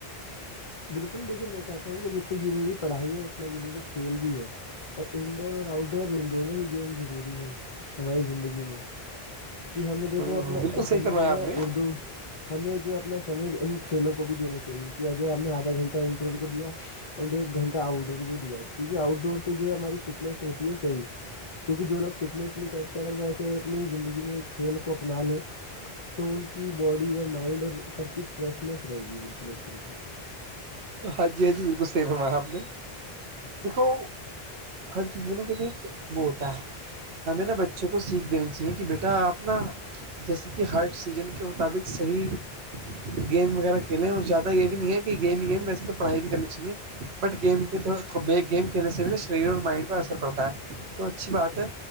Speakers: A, on the left; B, on the right.
A: بالکل دیکھیے میں کہتا ہوں کہ جتنی ضروری پڑھائی ہے اتنا ضوری کھیل بھی ہے اور ان ڈور اور آؤٹ ڈور دونوں ہی گیم ضروری ہیں ہماری زندگی میں کہ ہمیں دیکھو
B: ہاں
A: اپناس
B: بالکل صحیح
A: میں
B: فرمایا
A: جو
B: آپ
A: ہے
B: نے
A: اردو ہمیں جو اپنا سمے ان کھیلوں کو بھی دینا چاہیے کہ جے آپ نے آدھا گھنٹہ انٹر کو دیا اینڈ ڈور ایک گھنٹہ آؤٹ ڈور کو دیا کیونکہ آؤٹ ڈور سے جو ہے ہماری فٹنس ہوتی ہے صحیح کیونکہ جو لوگ فٹنس نہیں کرتے اگر وہ ایسے اپنی زندگی میں ایک کھیل کو اپنا لے تو ان کی باڈی اور مائنڈ اور سب چیز فریشنیس رہے گی بالکل ایک طریقے سے
B: ہاں جی ہاں جی بالکل صیح فرمایا آپ نے دیکھو ہر چیز میں نا دیکھو ایک وہ ہوتا ہے ہمیں نہا بچوں کو سیکھ دینی چاہیے کہ بیٹا اپ نا جیسے کہ ہر سیزن کے مطابق صحیح تو گیم وغیرہ کھیلیں اور زیادہ یہ بھی نہیں ہے کہ گیم ہی گیم ویسے تو پڑھائی بھی کرنی چاہیے بٹ گیم پہ تھ گیم کھیلنے سے بھی نہا شریر اور مائنڈ پہ اثر پڑتا ہے تو اچھی بات ہے